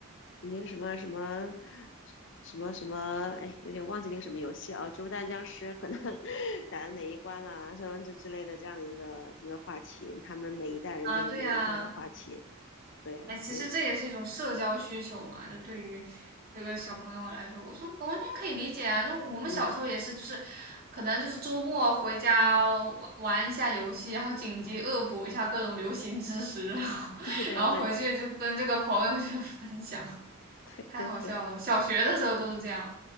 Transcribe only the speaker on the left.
那个什么什么什么什么，哎，有点忘记那个什么游戏啊，植物大战僵尸可能 <laughs> 打到哪一关啦，什么这之类的这样的一个一个话题，他们每一代人就有每一代的话题，
对呀、
所以，
嗯，
<laughs> 对对对对对对。